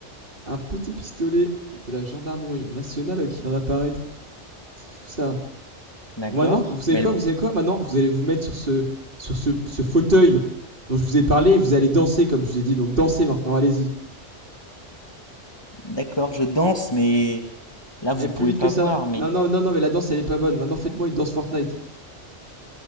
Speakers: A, on the right; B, on the left.
A: un petit pistolet de la gendarmerie nationale qui vient d'apparaître. C'est fou ça.
B: D'accord.
A: Bon, maintenant, vous savez
B: Mais
A: quoi?
B: le-
A: Vous savez quoi? Maintenant, vous allez vous mettre sur ce, sur ce, ce fauteuil dont je vous ai parlé et vous allez danser comme je vous ai dit. Donc dansez maintenant, allez-y.
B: d'accord, je danse, mais là,
A: Allez
B: vous
A: plus
B: pouvez
A: vite
B: pas
A: que ça.
B: voir. Mais
A: Non, non, non, non, mais la danse elle est pas bonne. Maintenant, faites-moi une danse Fortnite.